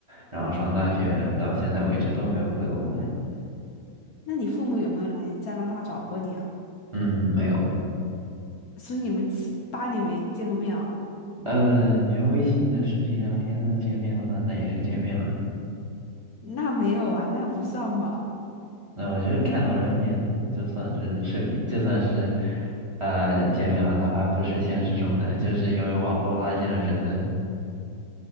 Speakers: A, on the right (about 20°); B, on the left (about 65°).
A: 然后上大学到现在为止都没有回过国。
B: 那你父母有没有来加拿大找过你啊？
A: 嗯，没有。
B: 所以你们七八年没见过面啊？
A: 呃，你要微信的视频聊天算见面的话，那也是见面吧。
B: 那没有啊，那不算吧。
A: 那我觉得看到人脸就算是视频，就算是呃见面吧，哪怕不是现实中的，就是因为网络拉近了人的，